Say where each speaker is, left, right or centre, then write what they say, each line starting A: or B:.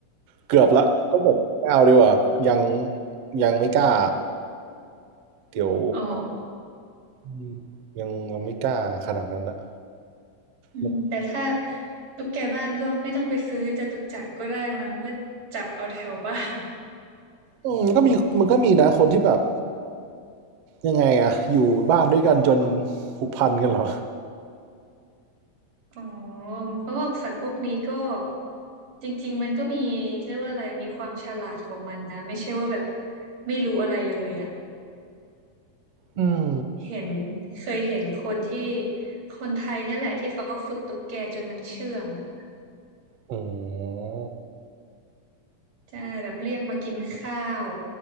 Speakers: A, on the right; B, on the right.
A: เกือบละก็บอกไม่เอาดีกว่ายังยังไม่กล้าเดี๋ยว
B: อ๋อ
A: อืมยังยังไม่กล้าขนาดนั้นนะ
B: อืมแต่ถ้า
A: มัน
B: ตุ๊กแกบ้านก็ไม่ต้องไปซื้อจตุจักรก็ได้มั้งก็จับเอาแถวบ้าน
A: อืมมันก็มีมันก็มีนะคนที่แบบยังไงอะอยู่บ้านด้วยกันจนผูกพันกันเหรอ
B: <laughs> อ๋อ เพราะว่าสัตว์พวกนี้ก็จริงๆมันก็มีเรียกว่าอะไรมีความฉลาดของมันนะไม่ใช่ว่าแบบไม่รู้อะไรเลยอ่ะ
A: อืม
B: เห็นเคยเห็นคนที่คนไทยเนี่ยแหละที่เขาฝึกตุ๊กแกจนมันเชื่องอะ
A: อ๋อ
B: ใช่แบบเรียกมากินข้าว